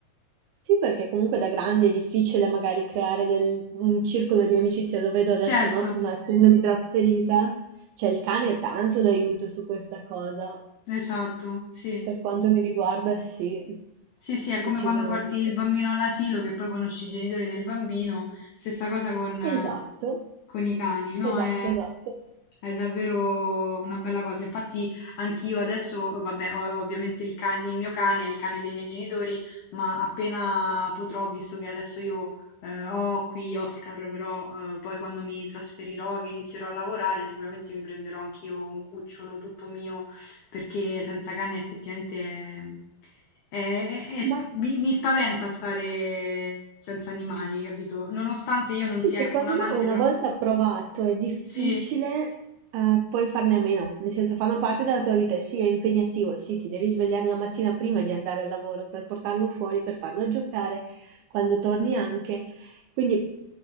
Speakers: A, on the right; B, on the left.
A: sì, perché comunque da grandi è difficile magari creare del- un circolo di amicizia, lo vedo adesso,
B: Certo,
A: no? No, Essendomi trasferita, cioè il cane è tanto d'aiuto su questa cosa.
B: esatto, sì.
A: Per quanto mi riguarda, sì,
B: Sì, sì, è
A: decisamente.
B: come quando porti il bambino all'asilo che poi conosci i genitori del bambino, stessa cosa con, eh,
A: Esatto,
B: con i cani, no?
A: esatto,
B: È,
A: esatto.
B: È davvero una bella cosa. Infatti, anch'io adesso, vabbè, ho ovviamente il cane, il mio cane, il cane dei miei genitori, ma appena potrò, visto che adesso io eh, ho qui Oscar, però eh, poi quando mi trasferirò, che inizierò a lavorare, sicuramente mi prenderò anch'io un cucciolo tutto mio, perché senza cane effettivamente è- è- è- è sp-
A: Ma
B: mi, mi spaventa stare senza animali, capito? Nonostante io
A: Sì,
B: non sia,
A: secondo
B: ecco, un amante,
A: me una
B: però
A: volta approvato è difficile,
B: sì.
A: eh, poi farne a meno, nel senso fanno parte della tua vita, e sì, è impegnativo, sì, ti devi svegliare la mattina prima di andare al lavoro per portarlo fuori, per farlo giocare, quando torni anche. Quindi